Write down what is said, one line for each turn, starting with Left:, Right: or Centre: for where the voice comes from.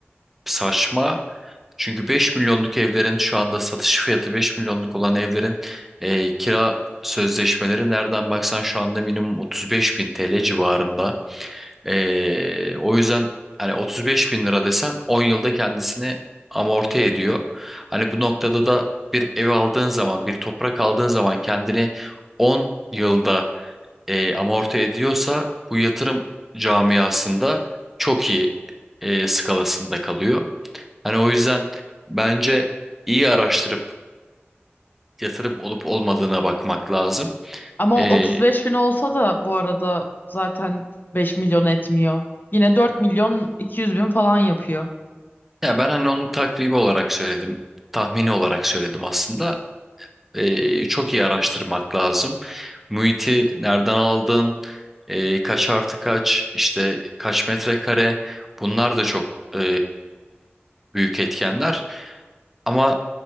Centre: saçma. Çünkü 5 milyonluk evlerin şu anda satış fiyatı 5 milyonluk olan evlerin eee, kira sözleşmeleri nereden baksan şu anda minimum 35 bin TL civarında. Ee, o yüzden hani 35 bin lira desen 10 yılda kendisini amorti ediyor. Hani bu noktada da bir ev aldığın zaman, bir toprak aldığın zaman kendini 10 yılda e, amorti ediyorsa bu yatırım camiasında çok iyi e, skalasında kalıyor. Hani o yüzden bence iyi araştırıp yatırım olup olmadığına bakmak lazım.
Left: Ama
Centre: Ee,
Left: 35 bin olsa da bu arada zaten 5 milyon etmiyor. Yine 4 milyon 200 bin falan yapıyor.
Centre: ya ben hani onun takribi olarak söyledim, tahmini olarak söyledim aslında. e, çok iyi araştırmak lazım. Muhiti nereden aldın? E, kaç artı kaç? İşte kaç metrekare? Bunlar da çok e, büyük etkenler. Ama